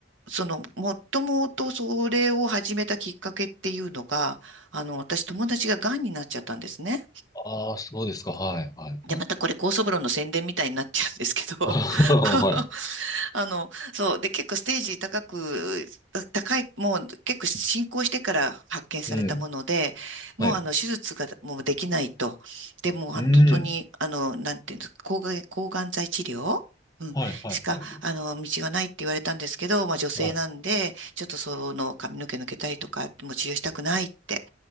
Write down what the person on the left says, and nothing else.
ああ、そうですか。はい、はい、
はい。
<laughs>
はい。
うん。
はい。
うん。
はい、はい、
はい。
はい。